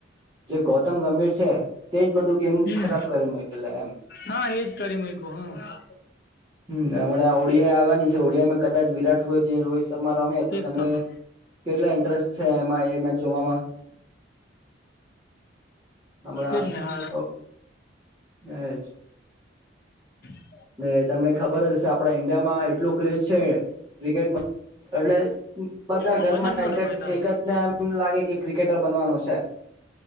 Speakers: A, on the right; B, on the left.
A: જે ગૌતમ ગંભીર છે તેજ બધું ગેમ
B: હમ
A: ખરાબ કરી મુકેલા એમ.
B: હા એજ કરી મુકયુ હા.
A: હું. એ આવાની છે ઓડિયા આવવાની છે ઓડિયામાં કદાચ વિરાટ કોહલી રોહિત શર્મા રમે તો
B: ચેપ
A: તમે
B: થયો
A: કેટલા ઇન્ટરેસ્ટ છે એમાં એ મેચ જોવામાં હમણાં
B: એ જને હ
A: ઓ એજ
B: <inaudible>
A: ને તમને ખબર જ હશે આપડા ઈન્ડિયામાં એટલું ક્રેઝ છે ક્રિકેટમાં એટલે બધા
B: અવાજ
A: ઘરમાં
B: નથી આવતો
A: એક
B: ભાઈ તારો
A: એક જ ને એમ લાગે કે ક્રિકેટર બનવાનું છે